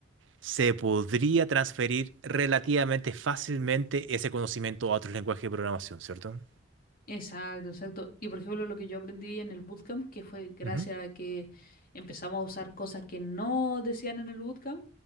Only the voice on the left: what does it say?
Exacto, exacto. Y por ejemplo, lo que yo aprendí en el bootcamp, que fue gracias
a que empezamos a usar cosas que no decían en el bootcamp,